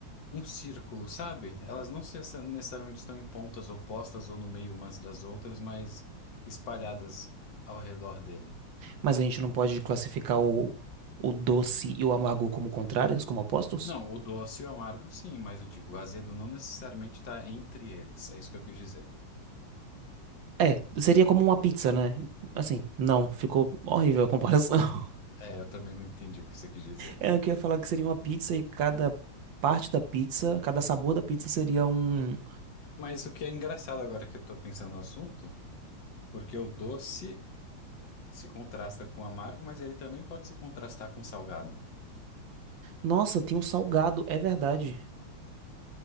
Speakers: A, on the left (about 60°); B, on the right (about 65°).
A: um círculo, sabe? Elas não se- necessariamente estão em pontas opostas ou no meio umas das outras, mas espalhadas ao redor dele.
B: Mas a gente não pode classificar o, o doce e o amargo como contrários, como opostos?
A: Não, o doce e o amargo, sim, mas eu digo, o azedo não necessariamente está entre eles. É isso que eu quis dizer.
B: É, seria como uma pizza, né? Assim, não, ficou horrível a comparação. <laughs>
A: É, eu também não entendi o que você quis dizer.
B: É, eu queria falar que seria uma pizza e cada parte da pizza, cada sabor da pizza seria um.
A: Mas o que é engraçado agora que eu tô pensando no assunto, porque o doce se contrasta com o amargo, mas ele também pode se contrastar com o salgado.
B: Nossa, tem um salgado, é verdade.